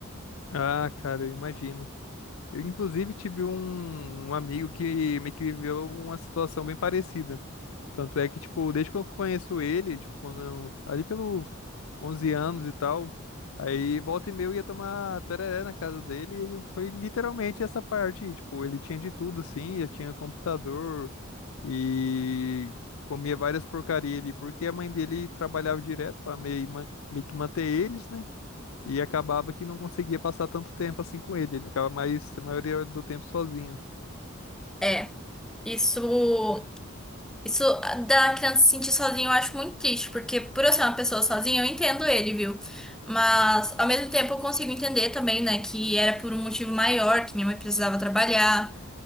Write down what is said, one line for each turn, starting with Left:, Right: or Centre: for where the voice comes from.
Left: Ah, cara, eu imagino. Eu, inclusive, tive um, um amigo que meio que viveu uma situação bem parecida. Tanto é que, tipo, desde que eu conheço ele, tipo, quando eu- ali pelos 11 anos e tal, aí volta e meia eu ia tomar tereré na casa dele e ele foi literalmente essa parte, tipo, ele tinha de tudo, assim, já tinha computador e comia várias porcarias ali, porque a mãe dele trabalhava direto para meio, ma- meio que manter eles, né? E acabava que não conseguia passar tanto tempo assim com ele. Ele ficava mais, a maioria do tempo sozinho.
Centre: É, isso isso da criança se sentir sozinha eu acho muito triste, porque por eu ser uma pessoa sozinha, eu entendo ele, viu? Mas ao mesmo tempo eu consigo entender também, né, que era por um motivo maior, que minha mãe precisava trabalhar.